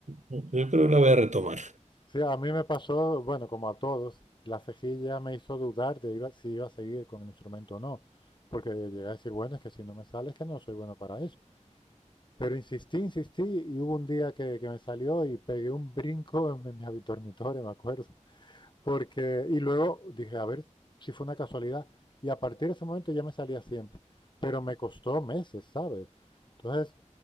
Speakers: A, on the right (about 70°); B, on the left (about 40°).
A: yo creo que la voy a retomar.
B: Sí, a mí me pasó, bueno, como a todos, la cejilla me hizo dudar de iba- si iba a seguir con el instrumento o no, porque llegué a decir, bueno, es que si no me sale es que no soy bueno para esto. Pero insistí, insistí y hubo un día que, que me salió y pegué un brinco en mi, mi dormitorio, me acuerdo. Porque, y luego dije, a ver si fue una casualidad. Y a partir de ese momento ya me salía siempre. Pero me costó meses, ¿sabes? Entonces,